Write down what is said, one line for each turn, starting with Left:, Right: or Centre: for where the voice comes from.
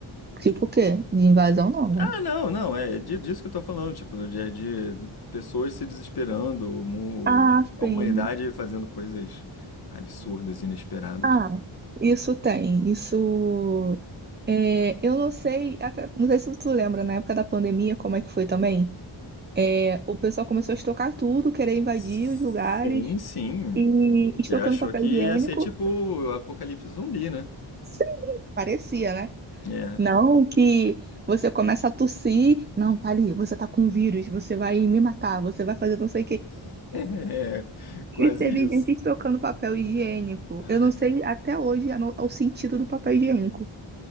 Right: Tipo o quê? De invasão, não, né?
Left: Ah, não, não, é di- disso que eu tô falando, tipo, do dia de, de pessoas se desesperando, o mu-
Right: Ah,
Left: a
Right: sim.
Left: humanidade fazendo coisas absurdas, inesperadas.
Right: Ah, isso tem, isso... É, eu não sei, até- não sei se tu lembra, na época da pandemia, como é que foi também? É, o pessoal começou a estocar tudo, querer invadir
Left: Sim,
Right: os lugares.
Left: sim,
Right: e
Left: porque
Right: estocando
Left: achou
Right: papel
Left: que
Right: higiênico.
Left: ia ser tipo o apocalipse zumbi, né?
Right: Sim, parecia, né?
Left: É,
Right: Não que você começa a tossir, não, tá ali, você tá com um vírus, você vai me matar, você vai fazer não sei o quê.
Left: <laughs> é, quase
Right: E teve
Left: isso.
Right: gente estocando papel higiênico.
Left: Ah,
Right: Eu não sei até hoje a no- o sentido do papel higiênico.